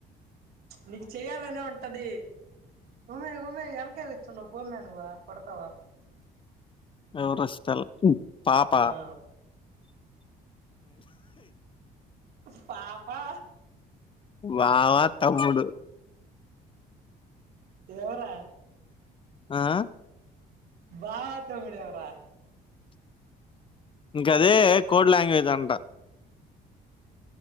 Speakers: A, on the right (about 65°); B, on the left (about 30°).
A: నీకు చెయాలనే ఉంటది ఉమె ఉమె వెకే విచ్చు ఉండ పోమనువా పడతావా
B: ఎర స్టల్ పా పా
A: ఆ పాపా
B: వావా తమ్ముడు
A: దేవరా
B: ఆహా
A: బావా తమ్ముడివి రా
B: ఇంకా అదే కోడ్ లాంగ్వేజ్ అంట